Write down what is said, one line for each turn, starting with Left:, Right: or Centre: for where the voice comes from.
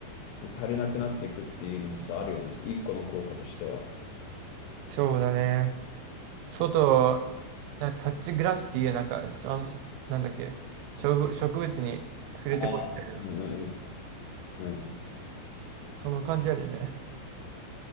Left: 足りなくなっていくっていうのもさ、あるよね。一個の効果としては。
Right: そうだね。外、なタッチグラスっていう、なんか、その、なんだっけ、植、植物に触れてこるみたいな、
Left: ああ。うんうんうん。うん
Right: その感じあるよね。